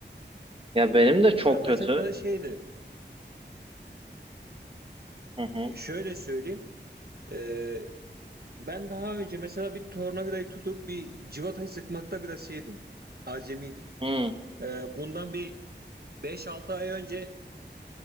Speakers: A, on the right; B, on the right.
A: Ya benim de çok
B: Ya mesela
A: kötü.
B: şeydi,
A: Hı hı.
B: e, şöyle söyleyeyim. Eee, ben daha önce mesela bir tornavidayı tutup bir civatayı sıkmakta biraz şeydim. Acemiydim.
A: Hı
B: Eee, bundan bir beş altı ay önce